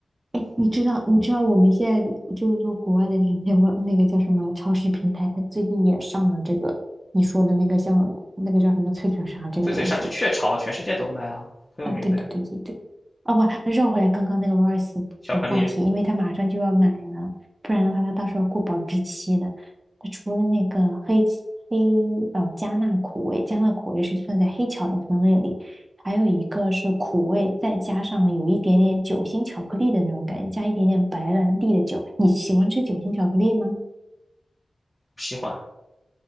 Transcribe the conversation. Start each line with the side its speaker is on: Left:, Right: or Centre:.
Right: 哎，你知道，你知道我们现在就是说国外的这些外那个叫什么超市平台，它最近也上了这个你说的那个像那个叫什么脆脆鲨这个东西。
Left: 就嘴鲨，就雀巢，全世界都卖啊，很有名的呀。
Right: 啊，对对对对对，啊，我绕回来刚刚那个 Royce
Left: 巧克力
Right: 的话题，因为他马上就要买了，不然的话他到时候过保质期的。他除了那个黑起黑呃加纳苦味，加纳苦味是算在黑巧的分类里，还有一个是苦味，再加上有一点点酒心巧克力的那种感觉，加一点点白兰地的酒。你喜欢吃酒心巧克力吗？
Left: 不喜欢，